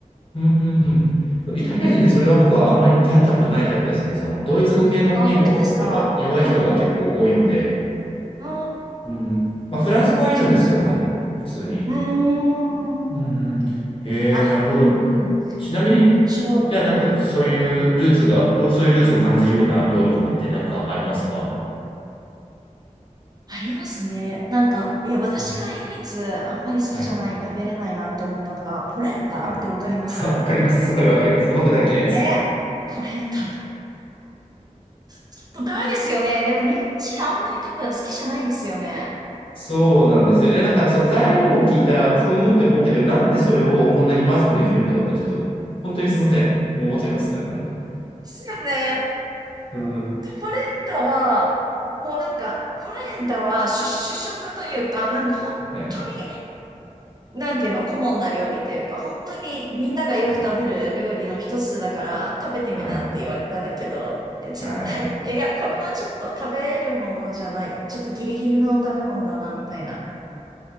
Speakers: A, on the left; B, on the right.
A: うんうんうん。イタリア人でそれは僕はあんまり出会ったことないタイプですね。
B: うん。
A: その、ドイツ語系の言語、
B: あ、本当ですかうん。
A: やっぱ弱い人が結構多いので、
B: うー
A: うんうん。まあ、フランス語はいるんですけどね、
B: ん。そうか、そうか。
A: 普通に。
B: うーん。
A: うんうん。へえ、
B: あ、
A: なるほど。
B: うんうん。
A: ちなみに、
B: うん、面白い。
A: じゃあなんかそういうルーツが、
B: うん。
A: そういうルーツを感じるような料理とかってなんかありますか
B: ありますね。なんか、いや、私が唯一あんまり好きじゃない、
A: うんはい。
B: 食べれないなって思ったのが、ポレンタってわかります
A: はい <laughs> わかります。すごいわかります。僕大嫌いです。
B: ね。ポレンタ。ちょっとダメですよね。でも日本人あんまり多分好きじゃないですよね。
A: そうなんですよ。いや、なんかその材料を聞いたら、ふーんって思ったけど、なんでそれをこんなにまずくできるんだろうって、ちょっと、本当にすみません。
B: で
A: もう思っちゃいます。あれは。
B: すよね。
A: うん。
B: でポレンタは、もうなんか、ポレンタは主、主食というか、なんか本当に、
A: はい。
B: なんていうの、顧問な料理というか、本当にみんながよく食べる料理の一つだから、
A: はい。
B: 食べてみなって言われたんだけど、
A: はい。
B: え絶対、
A: はい。
B: えいや、これはちょっと食べるものじゃない。ちょっとギリギリの食べ物だな、みたいな、